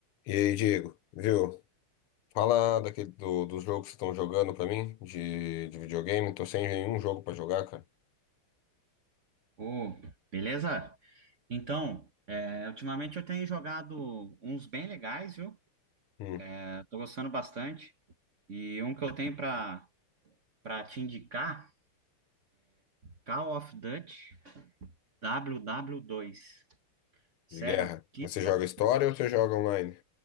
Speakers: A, on the left; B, on the right.
A: E aí, Diego, viu? Fala daquele, do, dos jogos que estão jogando pra mim, de, de videogame. Tô sem nenhum jogo pra jogar, cara.
B: Ô, beleza? Então, é, ultimamente eu tenho jogado uns bem legais, viu?
A: Hum,
B: É, tô gostando bastante. E um que eu tenho pra para te indicar, Call of Duty W W dois. Sério,
A: de guerra.
B: que
A: Mas você joga
B: jo-
A: história ou você joga online?